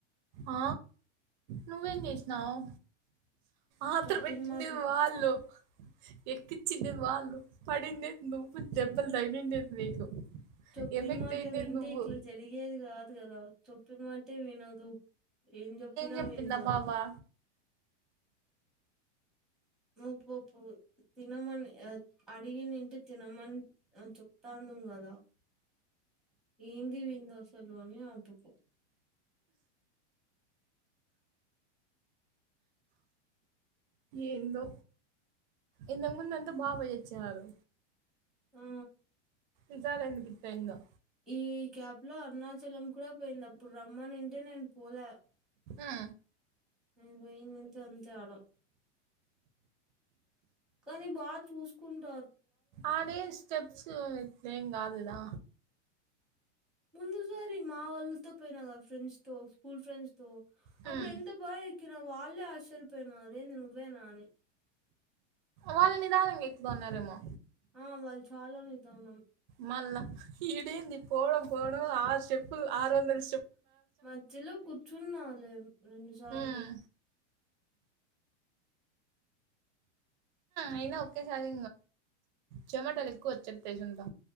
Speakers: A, on the right; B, in the centre.
A: ఆ నువ్వేం చేస్నావ్ ఆత్ర
B: చెప్పిన
A: పెట్టిందేమో
B: మాట
A: వాళ్ళు ఎక్కించిదే వాళ్ళు పడిందే నువ్వు దెబ్బలు తగిలిండే నీకు
B: చోప్పిన
A: ఎఫెక్ట్
B: మాట
A: అయితేది
B: వింటే
A: నువ్వు
B: ఇట్లా జరిగేది కాదు కాద చొప్పన మాటె వినదుూ ఏం చోప్పినా
A: చెప్పిందా
B: విందు అని
A: బాబా
B: ముప్పుప్పు తినమని అడిగనింటి తినమని చో ప్తాంనం కదా ఏంది విల్ల అసలు అని అమ కో
A: ఏందొ ఇంతాకు ముంద అంత బాభాయి వచ్చారు
B: ఆ
A: ఇజాలండి వెంధో
B: ఈ గ్యాప్ లో అరుణాచలం కూడా పోయింది అప్పుడు రమ్మన్ంటే నేను పోలే
A: ఆ
B: నేను పోయినంతే అంతే ఆడ కానీ బా చూస కుండ
A: అదే స్టెప్స్ కాదు కదా
B: ముందుసారి మా వాళ్ళతో పోయినా కదా ఫ్రెండ్స్ తో స్కూల్ ఫ్రెండ్స్ తో
A: హ్మ్.
B: అప్పుడు ఎంత పాయకి న వాళ్ళలే ఆశ రిపోన రేంది నువ్వే ననే
A: వాళ్ళనిదా ఎక్దాన్నరమో
B: ఆ వాళ్ళు చాలనితానం
A: మాల ఇేంది పోడం పోడం ఆరు స్టెప్పు ఆరు వందల
B: మధ్యలో కూర్చున్నాాలి రెండుసార్లు
A: హ్మ్. అయిన్న ఒకేసారి జొమాటాలు ఎక్కువ వచ్చది తెసుంతా